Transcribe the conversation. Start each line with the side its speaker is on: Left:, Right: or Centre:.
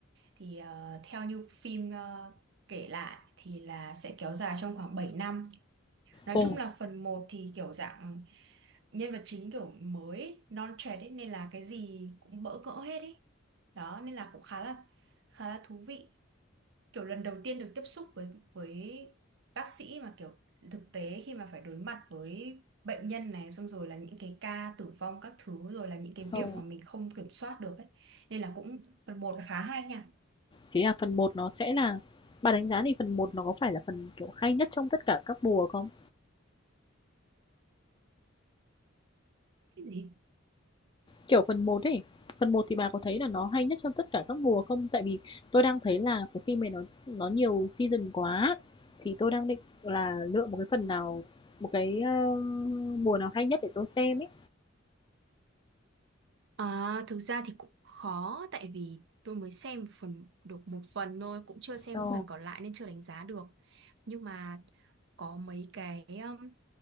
Right: thì ờ, theo như phim ờ, kể lại thì là sẽ kéo dài trong khoảng 7 năm. Nói
Left: ồ,
Right: chung là phần một thì kiểu dạng nhân vật chính kiểu mới non trẻ ấy nên là cái gì cũng bỡ ngỡ hết ý. Đó nên là cũng khá là khá là thú vị kiểu lần đầu tiên được tiếp xúc với với bác sĩ mà kiểu thực tế khi mà phải đối mặt với bệnh nhân này xong rồi là những cái ca tử vong các thứ rồi là những cái việc
Left: ồ.
Right: mà mình không kiểm soát được ấy nên là cũng phần một là khá hay nha
Left: Thế à phần một nó sẽ là bà đánh giá thì phần một nó có phải là phần kiểu hay nhất trong tất cả các mùa không?
Right: cái gì
Left: kiểu phần một ấy phần một thì bà có thấy là nó hay nhất trong tất cả các mùa không tại vì tôi đang thấy là cái phim này nó nó nhiều season quá thì tôi đang định là lựa một cái phần nào một cái ờ, mùa nào hay nhất để tôi xem ấy
Right: À, thực ra thì cũng khó tại vì tôi mới xem một phần được một phần thôi cũng chưa xem
Left: ồ
Right: cái phần còn lại nên chưa đánh giá được nhưng mà có mấy cái um,